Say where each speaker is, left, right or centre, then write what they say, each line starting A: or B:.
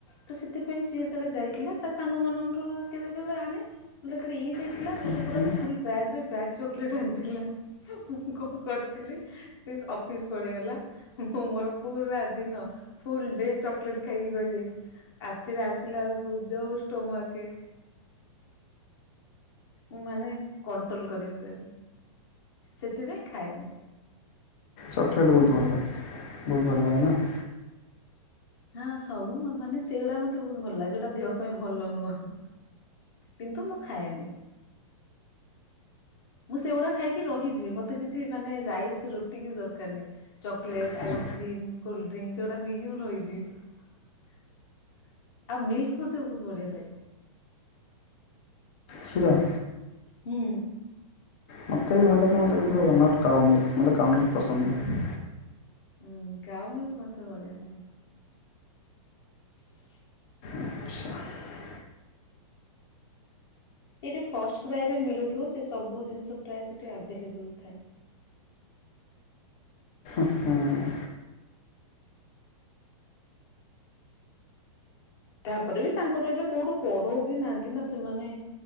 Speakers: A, on the left; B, on the left.
A: ତ ସେଥିପାଇଁ ସିଏ ଯେତେବେଳେ ଯାଇଥିଲା ତା ସାଙ୍ଗ ମାନଙ୍କଠୁ କେବେ କେବେ ଆଣେ ଯେତେବେଳେ ଇଏ ଯାଇ
B: ହୁଁ
A: ଥିଲା ଗୋଟେ ପୁରା
B: ହୁଁ
A: ଫୁଲ ବ୍ୟାଗ ରେ ବ୍ୟାକ୍ସ ଚକୋଲେଟ ଆଣିଥିଲା ମୁଁ କଣ କରିଥିଲି ସେ ଅଫିସ ପଳେଇଗଲା ମୁଁ ମୋର ପୁରା ଦିନ ଫୁଲ ଡେ ଚକୋଲେଟ ଖାଇକି ରହିଯାଇଛି। ରାତିରେ ଆସିଲା ବେଳକୁ ଯୋଉ ଷ୍ଟୋମାକେ ମୁଁ ମାନେ କଣ୍ଟ୍ରୋଲ କରିପାରେନି ସେଥିପାଇଁ ଖାଏନି।
B: ଚକୋଲେଟ ବହୁତ ଭଲ ଲ ବହୁତ ଭଲ ଲାଗେ ନା <inaudible>
A: ହଁ ସବୁ ମାନେ ସେଇଗୁଡା ମତେ ବହୁତ ଭଲ ଲାଗେ ଯୋଉଟା ଦେହ ପାଇଁ ଭଲ ନୁହଁ। କିନ୍ତୁ ମୁଁ ଖାଏନି। ମୁଁ ସେଇଗୁଡା ଖାଇକି ରହିଯିବି ମତେ କିଛି? ମାନେ ରାଇସ୍, ରୁଟି କିଛି ଦରକାର ନାହିଁ। ଚକଲେଟ,
B: ଆଚ୍ଛା,
A: ଆଇସ୍କ୍ରିମ, କୋଲ୍ଡଡ୍ରିଂସ୍ ସେଗୁଡା ପିଇକି ମୁଁ ରହିଜ୍ ଆଉ ମିଲ୍କ ମତେ ବହୁତ ବଢିଆ ଲାଗେ।
B: ଶିଲ <inaudible>
A: ହୁଁ।
B: ମୋତେ ବି ଭଲ ଲାଗେ ମୋତେ କିନ୍ତୁ ନଟ୍ କାଉ ମିଲ୍ ମୋତେ କାଉ ମିଲ୍ ପସନ୍ଦହି <inaudible>
A: ହୁଁ କାଓ ମିଲ୍କ ମତେ ବଢିଆ ଲାଗେ। <unintelligible>
B: ଆଚଛା <inaudible>
A: ଏଇଠି ଫଷ୍ଟକ୍ରାଇଡରେ ମିଳୁଥିବ ସେ ସବୁ ଜିନିଷ ପ୍ରାୟ ସେଠି ଆଭେଲେବଲୁ ଥାଏ।
B: ହୁଁ <inaudible>
A: ତାପରେ ବି ତାଙ୍କର ଏବେ କୋଉଠୁ ପଢଉ ବି ନାହାନ୍ତି ନା ସେମାନେ